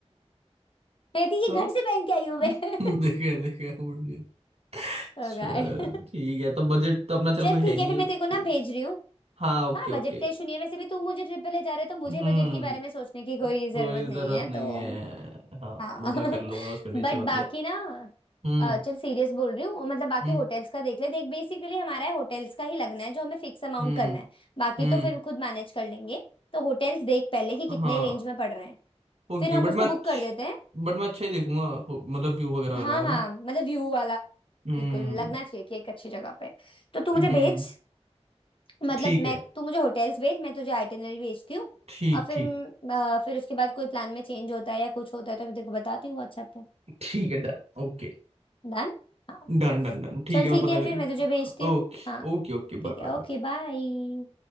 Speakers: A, on the left; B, on the right.
A: <laughs> कहती है, ये
B: अच्छा।
A: घर से पहन के आई हूँ मैं <laughs>
B: हाँ देखा देखा बढ़िया चल
A: ओ गॉड
B: ठीक है तो बजट तो अपना चल
A: चल
B: कोई है
A: ठीक
B: ही
A: है
B: नहीं
A: फिर मैं तेरे को ना भेज रही हूँ
B: हाँ ओके
A: हाँ बजट
B: ओके
A: का इशू नहीं है वैसे भी तू मुझे ट्रिप पे ले जा रहे तो मुझे
B: हम्म
A: बजट के बारे में सोचने की कोई
B: कोई
A: जरूरत नहीं
B: जरूरत
A: है
B: नहीं
A: तो
B: है हाँ
A: हाँ
B: वो
A: <laughs>
B: मैं कर लूंगा उसका टेंशन
A: बट
B: मत
A: बाकी
B: ले
A: ना
B: हम्म
A: अ, चल सीरियस बोल रही हूँ मतलब बाकी
B: हम्म
A: होटल्स का देख ले देख बेसिकली हमारा है होटल्स का ही लगना है जो हमें फिक्स अमाउंट
B: हम्म
A: करना है बाकी
B: हम्म,
A: तो फिर खुद मैनेज कर लेंगे तो होटल्स देख पहले कि कितने
B: हाँ
A: रेंज में पड़ रहे हैं
B: ओके
A: फिर हम
B: बट
A: उसको
B: मैं
A: बुक
B: अच्छ,
A: कर देते हैं
B: बट मैं अच्छा ही देखूंगा हो- मतलब व्यू वगैरह वाला
A: हाँ
B: है
A: हाँ
B: ना
A: मतलब व्यू वाला
B: हम्म
A: बिल्कुल लगना चाहिए कि एक अच्छी जगह पे तो तू मुझे
B: हम्म
A: भेज मतलब
B: ठीक है
A: मैं तू मुझे होटल्स भेज मैं तुझे आइटनरी भेजती हूँ
B: ठीक
A: और फिर
B: ठीक
A: म, अ, फिर उसके बाद कोई प्लान में चेंज होता है या कुछ होता है तो मैं तेरे को बताती हूँ व्हाट्सएप
B: ठीक है done okay
A: डन हाँ
B: Done done done ठीक
A: चल
B: है
A: ठीक
B: मैं पता
A: है फिर
B: कर
A: मैं तुझे भेजती
B: Okay
A: हूँ हाँ
B: Okay okay bye
A: ठीक है
B: bye
A: ओके
B: bye.
A: बाय